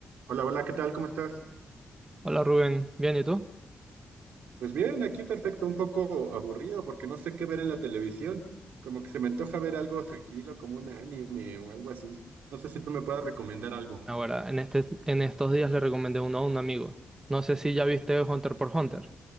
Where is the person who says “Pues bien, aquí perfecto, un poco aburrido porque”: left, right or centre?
Right